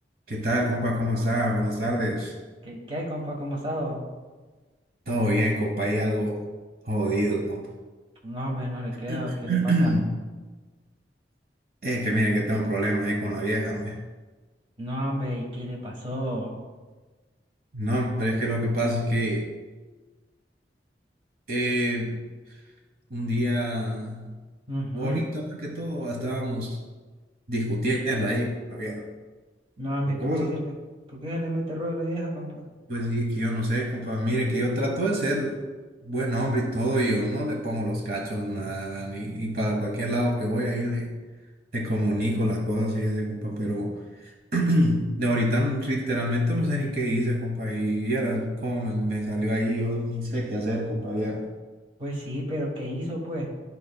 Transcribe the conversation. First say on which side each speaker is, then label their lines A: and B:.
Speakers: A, on the right (about 55°); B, on the right (about 30°).
A: ¿Qué tal, compa? ¿Cómo está? Buenas tardes.
B: ¿Qué, qué hay, compa? ¿Cómo ha estado?
A: Todo bien, compa. Hay algo jodido, compa.
B: No, hombre, no le creo.
A: <clears throat>
B: ¿Qué le pasa?
A: Es que mire que tengo problemas ahí con la vieja, me.
B: No, hombre, ¿y qué le pasó?
A: No, pero es que lo que pasa es que eh, un día
B: Ujú.
A: bonito, más que todo, estábamos discutiendo ahí, compa, vieron,
B: No, hombre,
A: por
B: ¿y
A: cosas.
B: ¿por qué se le, por qué se le mete rollo a la vieja, compa?
A: Pues sí, que yo no sé, compa. Mire que yo trato de ser buen hombre y todo, y yo no le pongo los cachos, nada, ni, y para cualquier lado que voy ahí le, le comunico las cosas y ese, compa, pero. <clears throat> De ahorita literalmente no sé ni qué hice, compa, como me, me salió ahí, yo ni sé qué hacer, compa, vieras.
B: Pues sí, pero ¿qué hizo, pues?